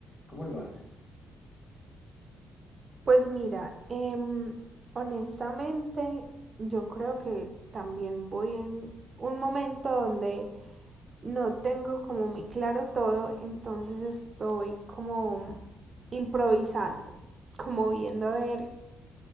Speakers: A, on the left; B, on the right.
A: cómo lo haces?
B: Pues mira, em, honestamente yo creo que también voy en un momento donde no tengo como muy claro todo, entonces estoy como improvisando, como viendo a ver